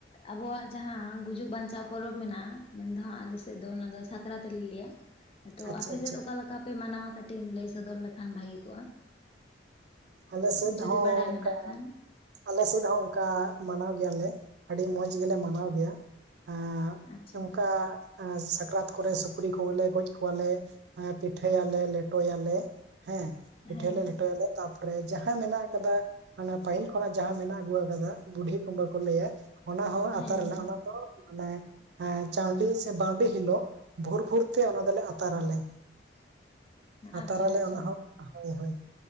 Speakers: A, on the left; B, on the right.
A: ᱟᱵᱚᱣᱟᱜ ᱡᱟᱦᱟᱸ ᱜᱩᱡᱩᱜ ᱵᱟᱧᱪᱟᱜ ᱯᱚᱨᱚᱵᱽ ᱢᱮᱱᱟᱜᱼᱟ ᱢᱮᱱ ᱫᱚ ᱦᱟᱸᱜ ᱟᱞᱮᱥᱮᱫ ᱫᱚ ᱚᱱᱟ ᱫᱚ ᱥᱟᱠᱨᱟᱛ ᱞᱮ ᱞᱮᱭᱟ᱾ ᱛᱚ
B: ᱟᱪᱪᱷᱟ
A: ᱟᱯᱮ
B: ᱟᱪᱪᱷᱟ
A: ᱥᱮᱫ ᱚᱠᱟ ᱞᱮᱠᱟ ᱯᱮ ᱢᱟᱱᱟᱣᱟ ᱠᱟᱹᱴᱤᱡ ᱮᱢ ᱞᱟᱹᱭ ᱥᱚᱫᱚᱨ ᱞᱮᱠᱷᱟᱱ ᱵᱷᱟᱜᱤ ᱠᱚᱜᱼᱟ᱾
B: ᱟᱞᱮ ᱥᱮᱫ
A: ᱡᱩᱫᱤ
B: ᱦᱚᱸ
A: ᱵᱟᱰᱟᱭ
B: ᱚᱱᱠᱟ
A: ᱢᱮᱱᱟᱜ ᱠᱷᱟᱱ?
B: ᱟᱞᱮ ᱥᱮᱫ ᱦᱚᱸ ᱚᱱᱠᱟ ᱢᱟᱱᱟᱣ ᱜᱮᱭᱟᱞᱮ ᱟᱹᱰᱤ ᱢᱚᱸᱡᱽ ᱜᱮᱞᱮ ᱢᱟᱱᱟᱣ ᱜᱮᱭᱟ ᱟᱸ
A: ᱟᱪᱪᱷᱟ
B: ᱱᱚᱝᱠᱟ ᱟᱸ ᱥᱟᱠᱨᱟᱛ ᱠᱚᱨᱮ ᱥᱩᱠᱨᱤ ᱠᱚᱜᱮᱞᱮ ᱜᱚᱡ ᱠᱚᱣᱟᱞᱮ ᱟᱸ ᱯᱤᱴᱷᱟᱹᱭᱟᱞᱮ ᱞᱮᱴᱚᱭᱟᱞᱮ᱾ ᱦᱮᱸ
A: ᱦᱮᱸ
B: ᱯᱤᱴᱟᱹᱭ ᱟᱞᱮ ᱞᱮᱴᱚᱭ ᱟᱞᱮ ᱛᱟᱯ ᱛᱟᱯᱚᱨᱮ ᱡᱟᱦᱟᱸ ᱢᱮᱱᱟᱜ ᱠᱟᱫᱟ ᱦᱟᱱᱟ ᱞᱟᱹᱦᱤᱞ ᱠᱷᱚᱱᱟᱜ ᱡᱟᱦᱟᱸ ᱢᱮᱱᱟᱜ ᱟᱹᱜᱩ ᱟᱠᱟᱫᱟ ᱵᱩᱰᱷᱤ ᱠᱩᱢᱵᱟᱹ ᱠᱚ ᱞᱟᱹᱭᱟ, ᱚᱱᱟ ᱦᱚᱸ
A: ᱦᱮᱸ
B: ᱟᱛᱟᱨᱟᱞᱮ
A: ᱦᱮᱸ
B: ᱚᱱᱟ ᱫᱚ, ᱢᱟᱱᱮ ᱮᱸ ᱪᱟᱣᱰᱤ ᱥᱮ ᱵᱟᱣᱰᱤ ᱦᱤᱞᱳᱜ ᱵᱷᱳᱨ ᱵᱷᱳᱨ ᱛᱮ ᱚᱱᱟ ᱫᱚᱞᱮ ᱟᱛᱟᱨᱟᱞᱮ᱾
A: <inaudible>
B: ᱟᱨ
A: ᱟᱪᱪᱷᱟ
B: ᱛᱟᱨᱟᱞᱮ
A: ᱟᱪᱪᱷᱟ
B: ᱚᱱᱟ ᱦᱚᱸ ᱦᱳᱭ ᱦᱳᱭ ᱾